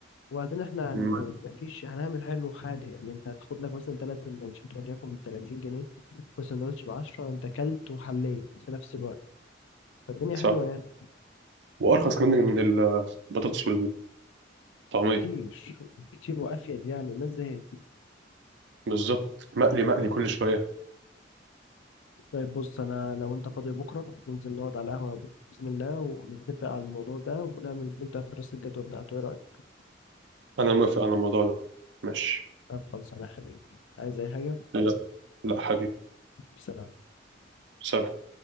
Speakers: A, on the left; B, on the right.
A: وبعدين احنا
B: مم.
A: هن... مفيش هنعمل حلو حادق يعني انت هتاخد لك مثلا تلات سندوتشات وليكن ب 30 جنيه والسندوتش ب 10 انت كلت وحليت في نفس الوقت فالدنيا
B: صح
A: حلوة يعني
B: وأرخص كمان من البطاطس والطعمية
A: كتير كتير وافيد يعني الناس زهقت
B: بالظبط مقلي مقلي كل شوية
A: طيب بص انا لو انت فاضي بكرة ننزل نقعد على القهوة بإذن الله ونتفق على الموضوع ده ونعمل نبدأ في دراسة الجدوى بتاعته ايه رأيك؟
B: أنا موافق على الموضوع ده ماشي
A: طب خلصانة يا حبيبي عايز اي حاجة
B: لا لا حبيبي
A: سلام
B: سلام